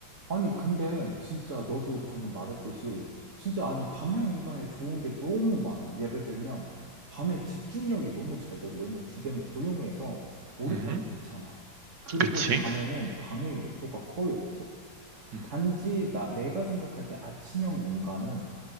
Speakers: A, on the right (about 40°); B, on the right (about 65°).
A: 아니, 근데 진짜 너도 방금 말했듯이 진짜 아니, 밤형 인간의 좋은 게 너무 많아. 예를 들면 밤에 집중력이 너무 잘 되고 왜냐면 주변이 조용해서 몰입하기
B: 음,
A: 좋잖아. 그리고
B: 그치?
A: 밤에는 방해 요소가 거의 없어.
B: 음.
A: 단지 나, 내가 생각할 때 아침형 인간은